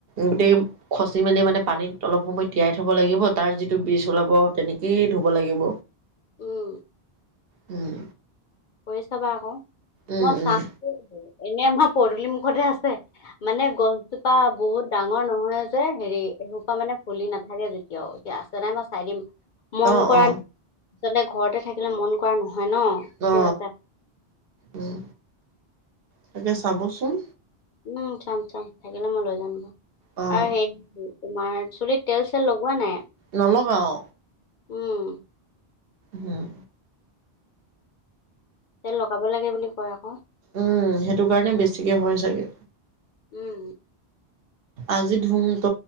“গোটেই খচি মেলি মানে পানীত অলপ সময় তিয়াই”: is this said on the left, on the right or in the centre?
Right